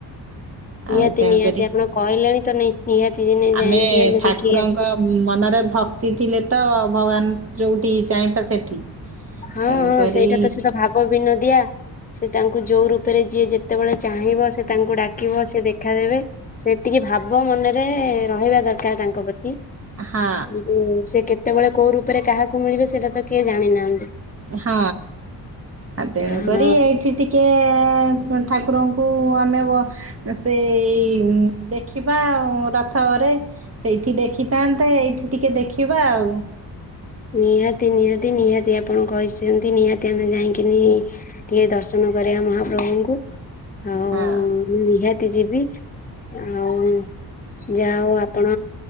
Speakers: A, on the left (about 20°); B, on the right (about 35°).
A: ନିହାତି
B: ଆଉ ତେଣୁ
A: ନିହାତି
B: କରି
A: ଆପଣ କହିଲେଣି ତ ନି ନିହାତି ଦିନେ
B: ଆମେ
A: ଯାଇକି
B: ଠାକୁରଙ୍କ
A: ଦେଖିକି ଆସିବୁ।
B: ମନରେ ଭକ୍ତି ଥିଲେ ତ ଭଗବାନ ଯୋଉଠି ଚାହିଁବା ସେଠି
A: ହଁ
B: ତେଣୁକରି
A: ହଁ ସେଇଟା ତ ସେ ତ ଭାବ ବିନଦିଆ ସେ ତାଙ୍କୁ ଜୋଉରୁ ରେ ଯିଏ ଯେତେବେଳେ ଚାହିଁବ ସେ ତାଙ୍କୁ ଡାକିବ ସେ ଦେଖା ଦେବେ ସେତିକି ଭାବ ମନରେ ରହିବା ଦରକାର ତାଙ୍କ ପ୍ରତି
B: ହଁ
A: କିନ୍ତୁ ସେ କେତେବେଳେ କୋଉ ରୂପରେ କାହାକୁ ମିଳିବେ ସେଇଟା ତ କିଏ ଜାଣି ନାହାନ୍ତି
B: ହଁ ଆ ତେଣୁକରି
A: ହଁ
B: ଏଇଠି ଟିକେ ଠାକୁରଙ୍କୁ ଆମେ ସେ ଉ ଦେଖିବା ଆଉ ରଥରେ ସେଇଠି ଦେଖିଥାନ୍ତେ ଏଇଠି ଟିକେ ଦେଖିବା ଆଉ। ହଁ।
A: ନିହାତି ନିହାତି ନିହାତି ଆପଣ କହିଛନ୍ତି ନିହାତି ଆମେ ଯାଇକିନି ଟିକେ ଦର୍ଶନ କରିବା ମହାପ୍ରଭୁଙ୍କୁ ଆଉ
B: ହଁ।
A: ନିହାତି ଯିବି ଆଉ। ଯା ହଉ ଆପଣ